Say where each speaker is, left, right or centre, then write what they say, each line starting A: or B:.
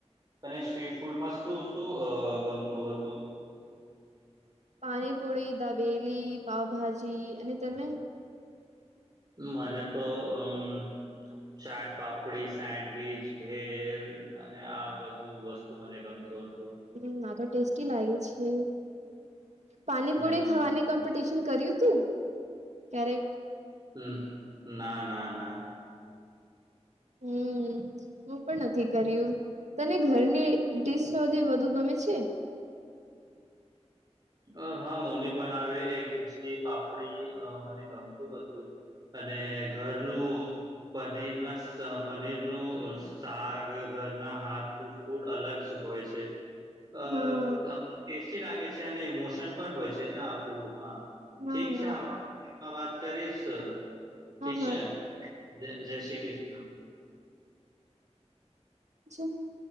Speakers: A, on the right; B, on the right.
A: અને સ્ટ્રીટ ફૂડમાં શું શું ગમતું હતું?
B: પાણીપુરી દાબેલી પાાવભાજી અને તમે?
A: મને તો અમ ચાટ પાપડી સેન્ડવીચ ભેલ અને આ બધું વસ્તુ તું મને ગમતો હતુ.
B: હમ ના તો ટેસ્ટી લાગે છે પાણીપુરી
A: હમ
B: ખાવાની કોમ્પિટિશન કર્યું તું ક્યારેક?
A: હ ના ના ના
B: હમ હું પણ નથી કર્યું તને ઘરની ડડીશ સૌધી વધુ ગમે છે?
A: અ હા મમ્મી બનાવે એક ખીચડી પાપડી મને ગમતું હતું અને ઘરનું પનીર ના પનીર નું સાક ઘરના હાથ, ફૂડ અલગ જ હોય છે. અ
B: હા
A: ટેસ્ટી લાગે છે અને ઇમોશન પણ હોય છે ને આ ફૂડમાં
B: હા
A: ઠીક છે
B: હા
A: આપણામાં વાત કરીશ. ઠીક
B: હા હા
A: છે જ જય શ્રી કૃષ્ણ
B: જી